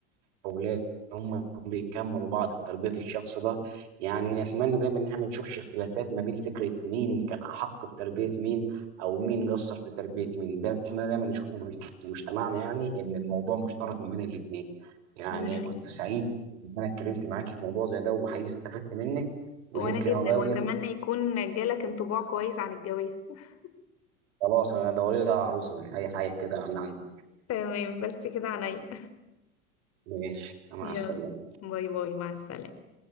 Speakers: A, on the right (about 70°); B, on the left (about 45°).
A: وليه هم يكونوا بيكملوا بعض في تربية الشخص ده يعني نتمنى دايما ان احنا ما نشوفش اختلافات ما بين فكرة مين كان أحق بتربية مين أو مين قصر في تربية مين ده نتمنى دايما نشوفه في مجتمعنا يعني إن الموضوع مشترك ما بين الاتنين يعني
B: ده حقيقي
A: كنت سعيد إن أنا اتكلمت معاكي في موضوع زي ده وحقيقي استفدت منك ويمكن
B: وانا جدا
A: أغير
B: واتمنى
A: وجهة نظري.
B: يكون جالك انطباع كويس عن الجواز <laughs>
A: خلاص أنا دوري لها عروسة أي حاجة كده من عندي
B: تمام بس كده عنيا
A: ماشي مع
B: يلا
A: السلامة
B: باي باي مع السلامة